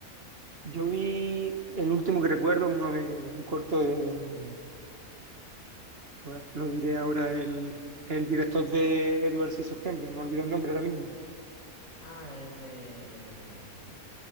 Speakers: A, on the right (about 45°); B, on the left (about 60°).
A: yo vi el último que recuerdo, uno de, un corto de... mm, Pues lo diré ahora el, el director de Edward Scissorhands, que me olvidado el nombre ahora mismo.
B: Ah, es de...